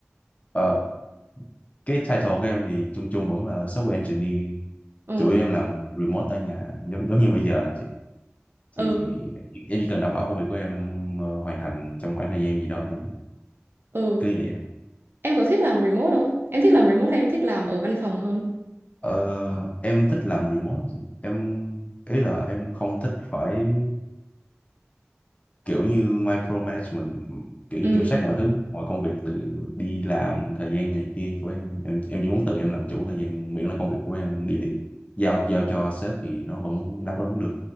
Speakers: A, on the left; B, on the right.
A: Ờ, cái title của em thì chung chung vẫn là software engineer
B: Ừ.
A: chủ yếu em làm remote ở nhà giống giống như bây giờ thì
B: Ừ.
A: em chỉ cần đảm bảo công việc của em ờ, hoàn thành trong khoảng thời gian gì đó thì
B: Ừ.
A: cứ như vậy thôi.
B: Em có thích làm remote không? Em thích làm remote hay em thích làm ở văn phòng hơn?
A: Ờ, em thích làm remote em ý là em không thích phải kiểu như micromanagement kiểu như
B: Ừ,
A: kiểm soát mọi thứ mọi công việc từ đi làm thời gian này kia của em em em chỉ muốn tự em làm chủ thời gian miễn là công việc của em đi li- giao giao cho sếp thì nó vẫn đáp ứng được